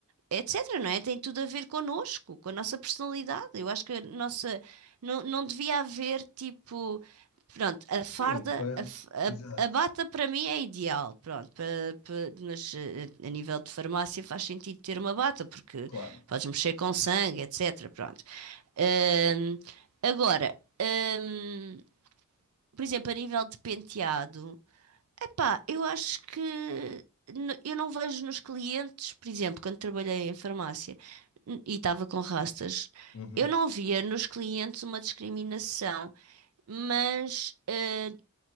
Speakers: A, on the right; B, on the left.
A: etc, não é? Tem tudo a ver connosco, com a nossa personalidade. Eu acho que a nossa. Não, não devia haver tipo. Pronto, a farda,
B: Sim, para...
A: a, f- a-
B: exato,
A: a bata para mim é ideal, pronto, pa- pa- mas eh, a nível de farmácia faz sentido ter uma bata, porque
B: claro.
A: podes mexer com sangue, etc, pronto. Ahm, agora, ahm, por exemplo, a nível de penteado, Epá, eu acho que n- eu não vejo nos clientes, por exemplo, quando trabalhei em farmácia n- e estava com rastas,
B: Uhum.
A: eu não via nos clientes uma discriminação, mas eh,